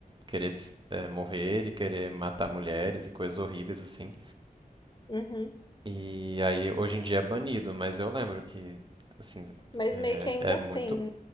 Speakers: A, on the right; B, on the left.
A: querer eh, morrer e querer matar mulheres e coisas horríveis, assim.
B: Uhum.
A: E aí, hoje em dia é banido, mas eu lembro que, assim,
B: Mas
A: é,
B: meio que ainda
A: é muito.
B: tem. né?